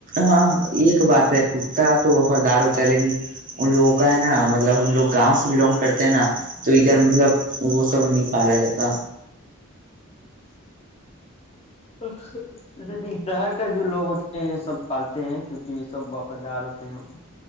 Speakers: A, on the right; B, on the left.
A: ہاں ایک بات ہے کتا تو وفادار ہوتا ہے لیکن ان لوگوں کا ہے نا مطلب ہم لوگ گاؤں سے بلونگ کرتے ہیں نا تو ادھر مطلب وہ سب نہیں پالا جاتا
B: ہ لیکن شہر کا جو لوگ ہوتے ہیں یہ سب پالتے ہیں کیونکہ یہ سب وفادار ہوتے ہیں <inaudible>